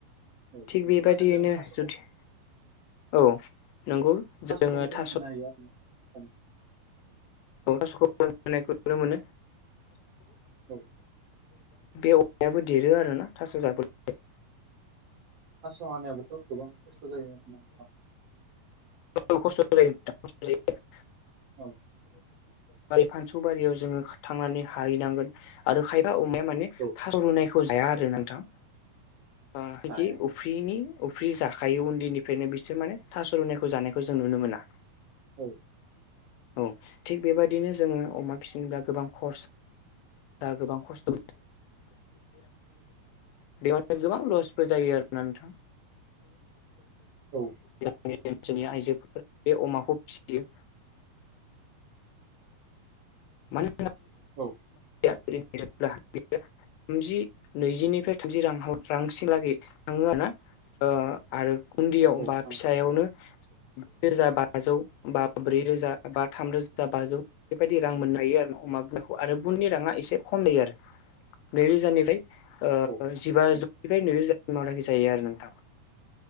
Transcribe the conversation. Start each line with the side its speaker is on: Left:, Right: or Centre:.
Right: औ
Left: थिग
Right: बेफोरबायसानो
Left: बेबायदियैनो
Right: जों थास'खौ
Left: जुदि औ नंगौ
Right: थास'खौबो
Left: जोङो
Right: जों
Left: थास'
Right: <inaudible>
Left: <unintelligible> होयोब्ला
Right: औ
Left: बे अमायाबो देरो आरो ना थास' जाबोला
Right: थास' हानायाबोथ' गोबां खस्थ' जायो आरो ना
Left: औ खस्थ' जायो नोंथां <inaudible>
Right: औ
Left: फानसौ बारियाव जोङो थांनानै हाहैनांगोन आरो खाय अमाया माने
Right: औ औ
Left: थास' रुनायखौ जाया आरो नोंथां। ओ
Right: जाया
Left: इदि उफ्रिनि उफि फ्रि जाखायो उन्दैनिफ्रायनो बिसोर माने थास' रुनायखौ जानायखौ जों नुनो मोना।
Right: औ
Left: औ थिग बेबदिनो जोङो अमा फिसिनोब्ला गोबां खरस दा गोबां खस्थ' <inaudible> गोबां लसबो जायो आरोना।
Right: औ
Left: जोंनि ओनसोलनि आइजोफोरा बे अमाखौ फिसियो <unintelligible>
Right: औ
Left: थामजि नैजिनिफ्राय थामजि रां रांसिन लागै थाङो ना ओ आरो उन्दैयाव
Right: औ
Left: बा
Right: थां
Left: फिसायावनो ब्रै रोजा बाजौ बा ब्रै रोजा बा थाम रोजा बाजौ बेबायदि रां मोननो हायो आरो अमा बिमाखौ आरो बुनदिनि राङा एसे खम जायो आरो। नै रोजा निफ्राय ओ
Right: औ
Left: जिबाजौनिफ्राय
Right: जायो
Left: नैरोजासिमनाखि जायो आरो नोंथां।